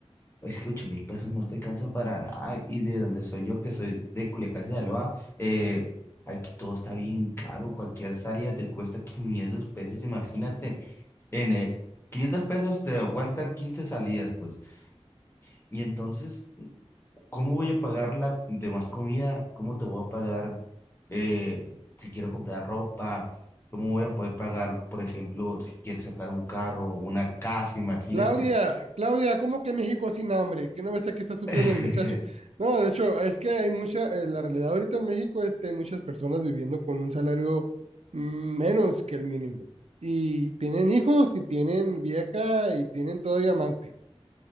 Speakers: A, on the left (about 25°); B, on the right (about 80°).
A: es que ocho mil pesos no te alcanza para nada y de donde soy yo, que soy de Culiacán, Sinaloa, eh, aquí todo está bien caro, cualquier salida te cuesta 500 pesos, imagínate. N, quinientos pesos te aguantan 15 salidas, pues. Y entonces, ¿cómo voy a pagar la demás comida? ¿Cómo te voy a pagar eh, si quiero comprar ropa? ¿Cómo voy a poder pagar, por ejemplo, si quieres sacar un carro, una casa? Imagínate.
B: Claudia, Claudia, ¿cómo que México sin hambre? ¿Qué no ves aquí está sufriendo
A: <laughs>
B: el muchacho? No, de hecho, es que hay mucha, eh, la realidad ahorita en México es que hay muchas personas viviendo con un salario mm, menos que el mínimo. Y tienen hijos y tienen vieja y tienen todavía amante.